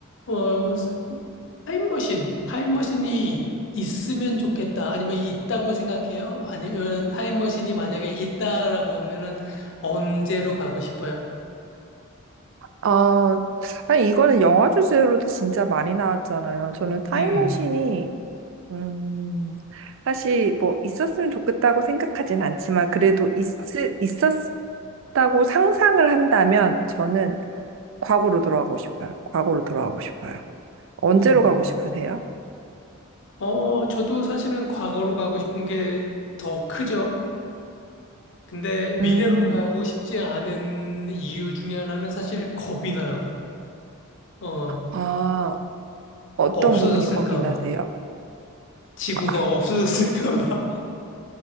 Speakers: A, on the left (about 60°); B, on the right (about 60°).
A: 어, 스- 타임머신, 타임머신이 있- 있으면 좋겠다. 아니면 있다고 생각해요? 아니면 타임머신이 만약에 있다라고 하면은 언제로 가고 싶어요?
B: 아, 아니, 이거는 영화 주제로도 진짜 많이 나왔잖아요. 저는 타임머신이,
A: 음,
B: 음, 사실 뭐 있었으면 좋겠다고 생각하진 않지만, 그래도 있, 있었다고 상상을 한다면, 저는 과거로 돌아가고 싶어요. 과거로 돌아가고 싶어요. 언제로
A: 음. 음.
B: 가고 싶으세요?
A: 어, 저도 사실은 과거로 가고 싶은 게 더 크죠. 근데 미래로
B: 음,
A: 가고 싶지 않은 이유 중에 하나는 사실 겁이 나요. 어,
B: 아, 어떤
A: 없어졌을까
B: 부분이 겁이 나세요?
A: 봐. 지구가
B: 아,
A: 없어졌을까 봐. <laughs>